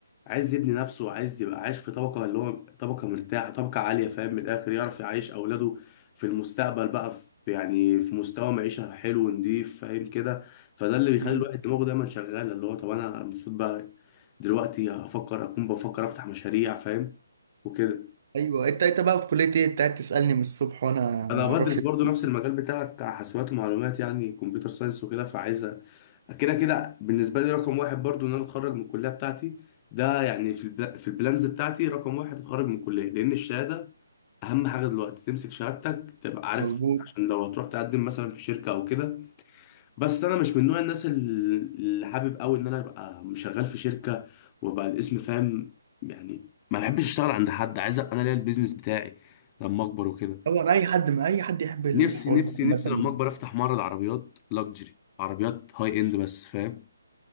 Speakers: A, on the left; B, on the right.
A: عايز يبني نفسه عايز يبقى عايش في طبقة اللي هو طبقة مرتاحة طبقة عالية فاهم من الآخر يعرف يعيش أولاده في المستقبل بقى في يعني في مستوى معيشة حلو ونضيف فاهم كده فده اللي بيخلي
B: مم.
A: الواحد دماغه دايما شغالة اللي هو طب أنا المفروض بقى دلوقتي أفكر أكون بفكر أفتح مشاريع فاهم وكده
B: أيوة أنت أنت بقى في كلية إيه؟ أنت قاعد تسألني من الصبح وأنا
A: أنا
B: معرفش
A: بدرس
B: إنت
A: برضو
B: في كلية
A: نفس المجال
B: إيه.
A: بتاعك حاسبات ومعلومات يعني كمبيوتر ساينس وكده فعايز كده كده بالنسبة لي رقم واحد برضو إن أنا أتخرج من الكلية بتاعتي ده يعني في البلا- في البلانز بتاعتي رقم واحد أتخرج من الكلية لأن الشهادة أهم حاجة دلوقتي تمسك شهادتك تبقى عارف
B: مظبوط
A: عشان لو هتروح تقدم مثلا في شركة أو كده بس أنا مش من نوع الناس ال- اللي حابب أوي إن أنا أبقى شغال في شركة وأبقى الاسم فاهم يعني ما بحبش أشتغل عند حد عايز أبقى أنا ليا البيزنس بتاعي لما أكبر وكده
B: طبعا أي حد ما أي حد يحب الحوار
A: نفسي نفسي
B: ده عامة
A: نفسي لما أكبر أفتح معرض عربيات لاكجري عربيات هاي إند بس فاهم